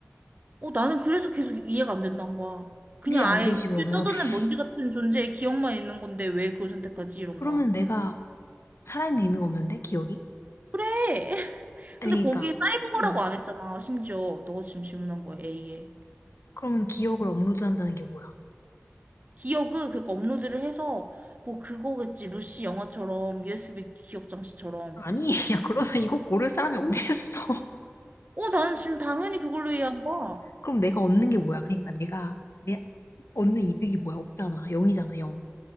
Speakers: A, on the right; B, on the left.
A: 어 나는 그래서 계속 이해가 안 된다는 거야. 그냥
B: 이게 안
A: 아예
B: 되지,
A: 우주에
B: 그러면.
A: 떠도는
B: <laughs>
A: 먼지 같은 존재의 기억만 있는 건데 왜 그걸 선택하지 이런
B: 그러면
A: 거야.
B: 내가 살아있는 의미가 없는데? 기억이?
A: 그래.
B: 아니,
A: 근데 거기
B: 그러니까,
A: 사이버거라고
B: 어.
A: 안 했잖아. 심지어 너가 지금 질문한 거야 A에.
B: 그러면 기억을 업로드한다는 게 뭐야?
A: 기억은 그니까 업로드를 해서 뭐 그거겠지. 루시 영화처럼 USB 기억 장치처럼.
B: 아니, <laughs> 야, 그러면 이거 고를 사람이 어딨어? <laughs>
A: 어, 나는 지금 당연히 그걸로 이해한 거야.
B: 그럼 내가 얻는 게 뭐야? 그러니까 내가, 내, 얻는 이득이 뭐야? 없잖아. 0이잖아, 0.